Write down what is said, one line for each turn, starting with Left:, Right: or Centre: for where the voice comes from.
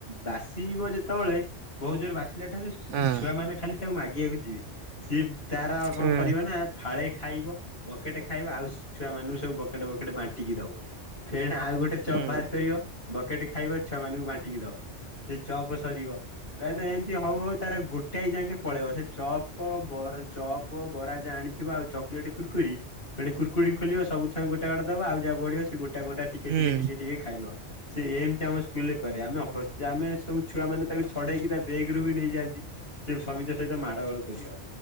Left: ବାସି ଯି ଇବ ଯେତେବେଳେ ବୋହୁତ ଜୋରରେ ବାସିଲା ଟାଇମ୍ ରେ
Right: ହଁ
Left: ଛୁଆ ମାନେ ଖାଲି ତାକୁ ମାଗିବାକୁ ଯିବେ । ସିଏ ତାର କଣ
Right: ହଁ
Left: କରିବ ନା ଫାଳେ ଖାଇବ ବକେଟେ ଖାଇବ। ଆଉ ଛୁଆମାନଙ୍କୁ ସବୁ ବକେଟେ ବକେଟେ ବାଣ୍ଟି ଦବ ଫେର ଆଉ ଗୋଟେ
Right: ହୁଁ
Left: ଚପ୍ ବାହାର କରିବ। ବକେଟେ ଖାଇବ ଛୁଆ ମାନଙ୍କୁ ବାଣ୍ଟିକି ଦବ ସେ ଚପ୍ ସରିବ । ପ୍ରାୟତଃ ଏମିତି ହଉ ହଉ ତାର ଗୋଟେଏ ଯାକେଁ ପଳେଇବ ସେ ଚପ୍ ଚପ ବ ଚପ ବରା ଯାହା ଆଣିଥିବ ଆଉ ଚକୋଲେଟ କୁର୍କୁରି ପୁଣି କୁର୍କୁରି ଖୋଲିବ ସବୁ ଛୁଆ ଙ୍କୁ ଗୋଟେ ଗୋଟେ ଦେବ, ଆଉ ଯାହା ବଳିବ ସେ ଗୋ ଟା ଗୋଟା ଟିକେ
Right: ହୁଁ
Left: ଟିକେ ଟିକେ ଟିକେ ଖାଇବ । ସେ ଏମିତି ଆମ ସ୍କୁଲରେ କରେ। ଆମେ ହ ଆମେ ସବୁ ଛୁଆ ମାନେ ତା ଛଡେଇକି ତା ବେଗରୁୁ ବି ନେଇଯାଆନ୍ତି। ସେ ସମିସ୍ତିଙ୍କ ସହିତ ମାଡଗୋଳ କରିବ ।